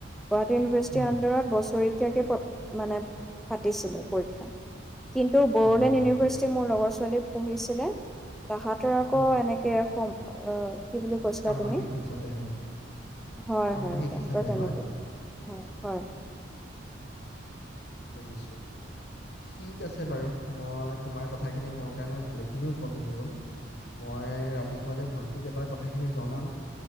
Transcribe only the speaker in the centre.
গুৱাহাটী ইউনিভাৰ্চিটিৰ
আণ্ডাৰত বছৰি কেতিয়াকৈ পা, মানে পাতিছিলে? পৰীক্ষা। কিন্তু বড়োলেণ্ড
ইউনিভাৰ্চিটি
মোৰ লগৰ ছোৱালী পঢ়িছেনে? তাহাঁতৰ আকৌ
এনেকে সোম অ। কি বুলি কৈছিলা
তুমি?
হয়,
হয় তাহাঁতৰ
তেনেকে
হয়, হয়।